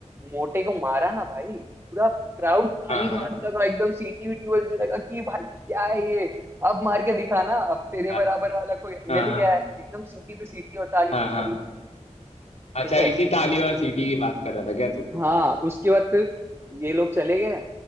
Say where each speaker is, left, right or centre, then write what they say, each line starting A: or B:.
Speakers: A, on the right (about 20°); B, on the left (about 65°).
A: मोटे को मारा ना भाई पूरा क्राउड ताली
B: हाँ हाँ
A: मारने लगा एकदम सीटी वीटी बजने लगा कि भाई क्या है ये अब मार के दिखा ना अब तेरे
B: हाँ
A: बराबर वाला कोई
B: हाँ
A: मिल गया है एकदम सीटी पे सीटी और ताली
B: हाँ
A: पे ताली
B: हाँ अच्छा
A: ठीक है
B: इसी ताली और सीटी की बात कर रहा था क्या तू
A: हाँ उसके बाद फिर ये लोग चले गए